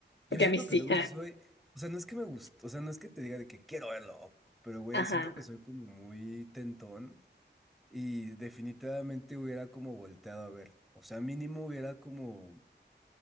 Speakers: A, on the left; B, in the centre.
A: porque
B: yo siento
A: a mí sí.
B: que luego sí soy, o sea, no es que me guste, o sea, no es que te diga de que quiero verlo, pero güey,
A: <laughs> Ajá,
B: siento que soy como muy tentón y definitivamente hubiera como volteado a ver. O sea, mínimo hubiera como